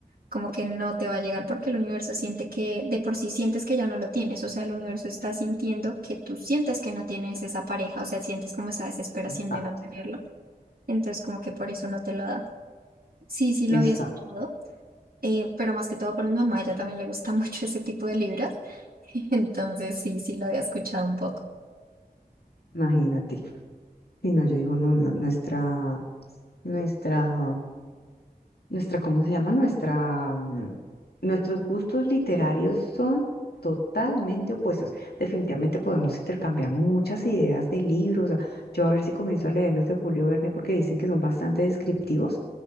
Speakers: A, on the right; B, on the left.
A: como que no te va a llegar porque el universo siente que de por sí sientes que ya no lo tienes, o sea, el universo está sintiendo que tú sientes que no tienes esa pareja, o sea, sientes como esa desesperación
B: exacto,
A: de no tenerlo. Entonces, como que por eso no te lo da. Sí, sí lo
B: exacto,
A: había escuchado, eh, pero más que todo por mi mamá, a ella también le gusta <laughs> mucho ese tipo de libros. <laughs> Entonces, sí, sí lo había escuchado un poco.
B: imagínate. Sí, no, yo digo, no, no, nuestra, nuestra, nuestra, ¿cómo se llama? Nuestra, mm, nuestros gustos literarios son totalmente opuestos. Definitivamente podemos intercambiar muchas ideas de libros. Yo a ver si comienzo a leer los de Julio Verne porque dicen que son bastante descriptivos.